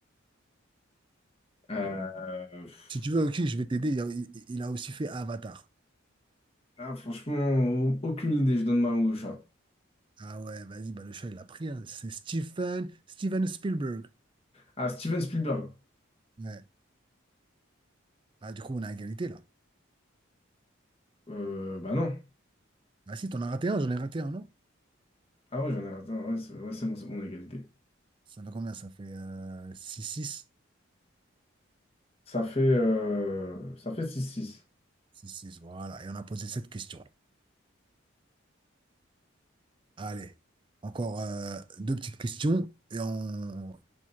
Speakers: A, on the left; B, on the right.
A: Euh, pff,
B: Si tu veux, ok, je vais t'aider. Il, a il- il a aussi fait Avatar.
A: ah, franchement, au- aucune idée, je donne ma langue au chat.
B: Ah ouais, vas-y, bah, le chat, il l'a pris. hein. C'est Stephen, Steven Spielberg.
A: Ah, Steven Spielberg.
B: Ouais. Ah, du coup, on est à égalité là.
A: Euh, bah non.
B: Ah si, t'en as raté un, j'en ai raté un, non?
A: Ah ouais, j'en ai. Attends, ouais, c'est ouais, c'est bon, c'est bon, on a égalité.
B: Ça fait combien? Ça fait euh, six six
A: Ça fait, euh, ça fait six six
B: six 6 voilà. Et on a posé cette question. Allez, encore euh, deux petites questions et on,